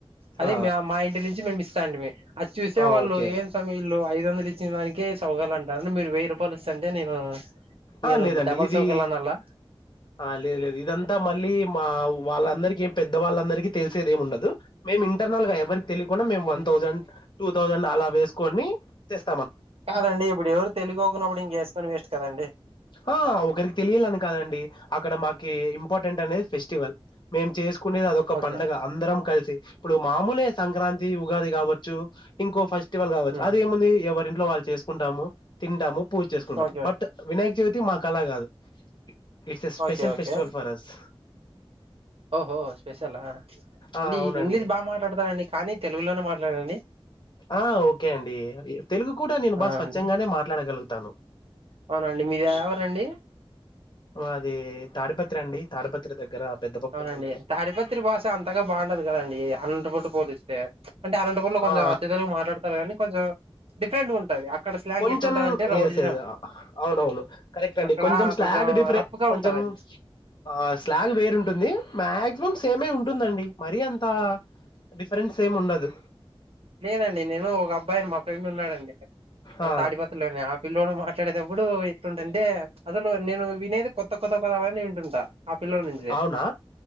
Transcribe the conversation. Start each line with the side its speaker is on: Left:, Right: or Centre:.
Right: అది
Left: ఆ
Right: మా మా ఇంటి నుంచి మేము ఇస్తా అండి అది చూసే
Left: ఆ
Right: వాళ్ళు
Left: ఓకే
Right: ఏం సము ఐదు వందలు ఇచ్చిన దానికి సౌగాలు అంటారుడి మీరు వెయ్యి రూపాయలు ఇస్తంటే నేను మీరు
Left: ఆ లేదండి
Right: డబల్
Left: ఇది
Right: సోకిల్ అనలా
Left: ఆ లేదు లేదు ఇదంతా మళ్ళీ మా వాళ్ళందరిక పెద్దవాళ్ళందరిక తెలిసేది ఏమి ఉండదు మే ఇంటర్ ఎవరి తెలియకుం డ ఒన్ థౌసండ్ టూ థౌసండ్ అలా వేసుకుని తెస్
Right: కాదండి ఇప్పుడు ఎవరు తెలుగుకున్నప్పుడు ఇంక వేసుకొని వేస్ట్ కదండి
Left: ఆ ఒకరికి తెలియాలని కాదండి అక్కడ మాకి ఇంపార్టెంట్ అనేది ఫెస్టివల్ మేము చే కునేది అదొక
Right: ఓకే
Left: పండగ
Right: ఓకే
Left: అందరం క ఇప్పుడు మామలే సంక్రాంతి ఉగాది కావచ్చు ఇంకో ఫస్ట్ ఇటీవలు కావచ్చు
Right: ఉమ్
Left: అదిేముంది ఎవరింట్లో వాళ్ళు చేసుకుంటాము తంటాము పూజ చేసుకుంటాము
Right: ఓకే
Left: బట్ వినాయక చవితి మాకు అలా కాదు it's a special
Right: okay okay
Left: festival for us
Right: ఓహో స్పెషల్
Left: ఆ
Right: అండి
Left: అవునండి
Right: ఇంగ్లీష్ బాగా మాట్లాడతార అండి కానీ తెలుగులోనే మాట్లాడండి
Left: ఆ ఓకే అండి తెలుగు కూడా నేను బాగా
Right: ఆ
Left: స్వచ్ఛంగానే
Right: అండి
Left: మాట్లాడగలుగుతాను
Right: అవునండి మీరు ఎ ఊరండి
Left: అది తాడిపత్రి అండి తాడిపత్రి దగ్గర పెద్దపప్పూరు
Right: అవునండి
Left: మండలం
Right: తాడిపత్రి భాష అంతగా బాగుండదు కదండి అండ పుట్టు పోలిస్తే అంటే అనంటపూర్లో కొంచెం
Left: ఆ
Right: అతిథులు మాట్లాడతారు కానీ కొంచెం డిఫరెంట్గా ఉంటది. అక్కడ స్లాంగ్
Left: కొంచెం
Right: ఎట్లుంటదంటే రౌడిజం
Left: ఎ అవునవును కరెక్ట్ అండి
Right: అక్కడ
Left: కొంచెం స్లాగ్ డిఫెరె
Right: రఫ్ గా
Left: కొంచెం
Right: ఉంటదండి
Left: ఆ స్లాగ్ వేరు ఉంటుంది. మాక్సిమం సేమే ఉంటుందండి. మరీ అంత డిఫరెన్స్ సేమ్ ఉండదు.
Right: లేనండి నేను ఒక అబ్బాయిని మా ఫ్రెండ్ ఉన్నాడండి
Left: ఆ
Right: తాడిపత్రలోనే వీల్లోన మాట్లాడేటప్పుడు ఎట్ంటంటే అసలు నేను వినేది కొత్త కొత్త పదాలని వింటుంటా. ఆ పిల్లోనుంచి ఏ
Left: అవునా